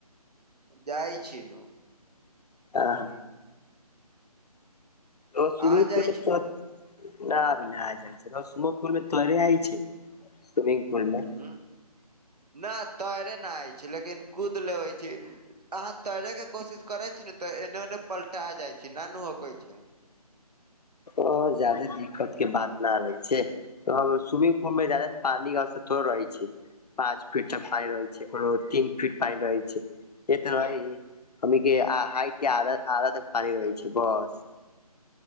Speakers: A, on the right; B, on the left.
A: जाइ छी नु
B: आहा ओ स्विमिंग
A: अहाँ जाइ
B: पूल में
A: छी
B: च न अभी नहि आ जाइ छै रसमुखपुर मे तोरे आइ छै स्विमिंग पुल मे
A: ऊहु नऽ तैरे नहिइ छै। लेकिन कुद लेबै छी। अहाँ तैरै के कोशिश करै छी ने तऽ एने ओने पलटा जाइ छी न नू होकै छै।
B: हऽ जादे दिक्कत के बात नऽ रहै छै। तब स्विमिंग पुल मे जादा पानीे अवसयक थौड़े रहै छै। पाँच फिट तक पाइन रहै छै कोनो में तीन फिट पाइन रहै छै। से तऽ हम हमनिके हाइट के आध आधा तक पानी रहै छै बस